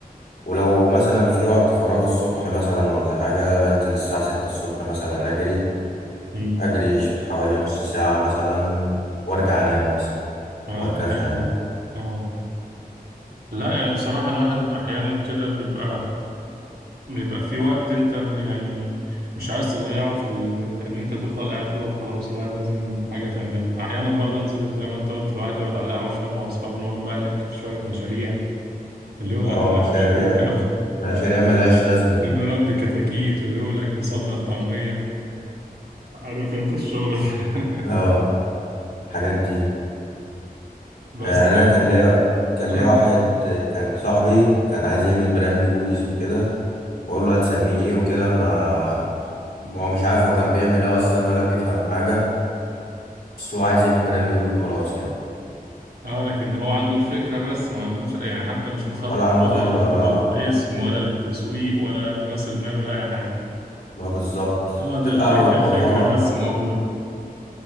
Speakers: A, on the left; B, on the right.
A: ولو مثلا في وقت فراغ الصبح مثلا ولا حاجه بنزل الساعه 6 الصبح مثلا اجري
B: امم
A: اجري حوالي نص ساعه مثلا وارجع انام مثلا
B: آه،
A: وهكذا
B: ده حلو
A: يعني
B: ده اه لا يعني بصراحة الواحد احيانا كده بيبقى بيبقى في وقت انت م- يعني مش عايز تضيعه في ال... ان انت تفضل قاعد كده وخلاص لا لازم حاجة تعملها احيانا برضه انزل زي ما انت قلت الواحد يقعد على القهوة شوية مع اصحابه نقعد بقى نحكي في شوية مشاريع اللي يقول
A: اه
B: لك معرفش
A: مشاريع
B: ايه
A: مشاريع ملهاش لازمه دي
B: <laughs> نربي كتاكيت واللي يقول لك نصدر طعمية و... عارف انت الشغل ده
A: <laughs> اه الحاجات دي
B: <laughs> بس
A: آه، انا كان ليا كان
B: اه
A: ليا واحد كان صاحبي كان عايز يعمل براند هوديز وكده بقول له هتسميه ايه وكده ما هو مش عارف هو كان بيعمل ايه اصلا ولا بيفهم حاجه بس هو عايز يعمل براند هودي وخلاص يعني
B: اه لكن هو عنده الفكرة بس ما عندوش يعني حتى مش مخطط
A: ولا عنده
B: ولا
A: خبره ولا
B: للاسم ولا للتسويق ولا رأس المال ولا اي حاجة
A: ما بالظبط
B: هو ده
A: بتبقى
B: الف- الفكرة
A: مو- معظمها
B: بس موجودة